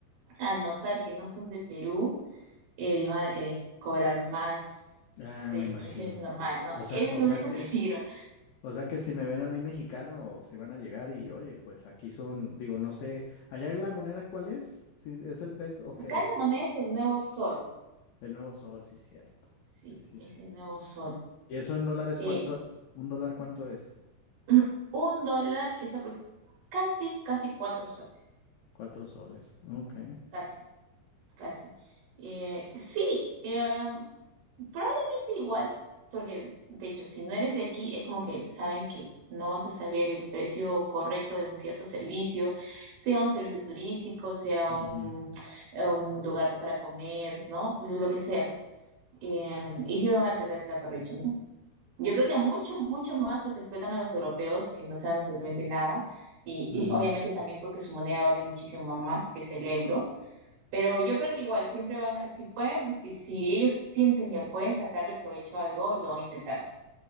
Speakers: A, on the right; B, on the left.
A: al notar que no son de Perú, eh, les van a querer cobrar más
B: Ah,
A: del
B: me imagino.
A: precio normal, ¿no?
B: O sea,
A: Ese
B: o
A: es el
B: sea
A: único
B: que,
A: <laughs> peligro.
B: o sea que si me ven a mí mexicano, si van a llegar y, oye, pues aquí son, digo, no sé, allá en la moneda, ¿cuál es? ¿Si es el peso o
A: Acá
B: qué es?
A: la moneda es el nuevo sol,
B: El nuevo sol, sí, cierto.
A: sí,
B: Sí, sí,
A: es
B: sí.
A: el nuevo sol.
B: ¿Y eso en dólares
A: Eh,
B: cuánto es? ¿Un dólar cuánto es?
A: <clears throat> Un dólar es aproxi- casi, casi cuatro soles.
B: Cuatro soles. Ok.
A: Casi, casi. Eh, sí, em, probablemente igual, porque de hecho, si no eres de aquí, es como que saben que no vas a saber el precio correcto de un cierto servicio, sea un servicio turístico, sea
B: Ujú,
A: un, <tsk> un lugar para comer, ¿no? Lo que sea. Em, y sí me van a tratar de sacar provecho, ¿no? Yo creo que mucho, mucho más los explotan a los europeos que no saben absolutamente nada y,
B: ujú,
A: y obviamente también porque su moneda vale muchísimo más que es el euro, pero yo creo que igual siempre van a, si pueden, si, si ellos sienten que pueden sacarle provecho a algo, lo van a intentar.